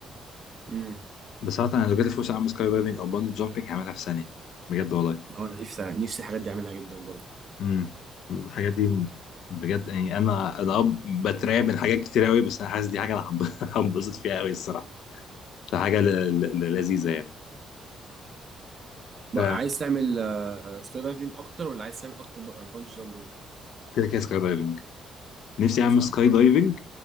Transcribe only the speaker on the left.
بس انا لو جات لي فرصه اعمل سكاي دايفنج او باندي جامبنج هعملها في ثانيه بجد والله
امم الحاجات دي بجد يعني انا انا اه بترعب من حاجات كتير قوي بس انا حاسس دي حاجه انا هنب- <laughs> هنبسط فيها قوي الصراحه ده حاجه ل- ل- ل- لذيذه يعني ف
كده كده سكاي دايفنج نفسي اعمل
سكاي دايفنج